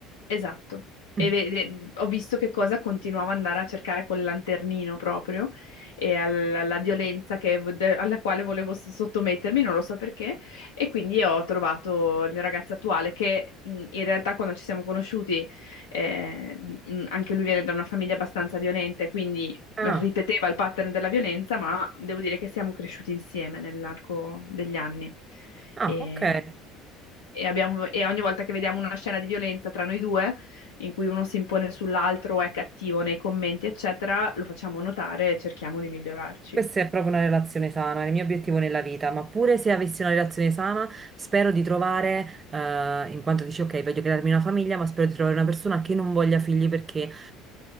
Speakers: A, on the left; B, on the right.
A: esatto. E
B: Mm.
A: vede- ho visto che cosa continuavo ad andare a cercare col lanternino proprio e al- alla violenza che- de- alla quale volevo s- sottomettermi, non lo so perché. E quindi ho trovato il mio ragazzo attuale che mh, in realtà quando ci siamo conosciuti, eh, mh, anche lui viene da una famiglia abbastanza violenta, quindi
B: Ah,
A: ripeteva il pattern della violenza, ma devo dire che siamo cresciuti insieme nell'arco degli anni.
B: ah,
A: E,
B: ok. Eh,
A: e abbiamo- e ogni volta che vediamo una scena di violenza tra noi due, in cui uno si impone sull'altro o è cattivo nei commenti, eccetera, lo facciamo notare e cerchiamo di migliorarci.
B: Questa è proprio una relazione sana, è il mio obiettivo nella vita, ma pure se avessi una relazione sana, spero di trovare, eh, in quanto dici, ok, voglio crearmi una famiglia, ma spero di trovare una persona che non voglia figli perché